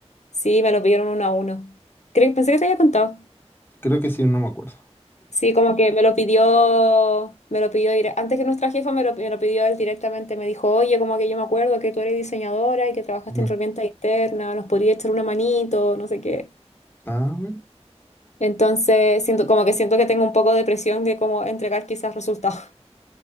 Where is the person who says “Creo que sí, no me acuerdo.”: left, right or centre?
Left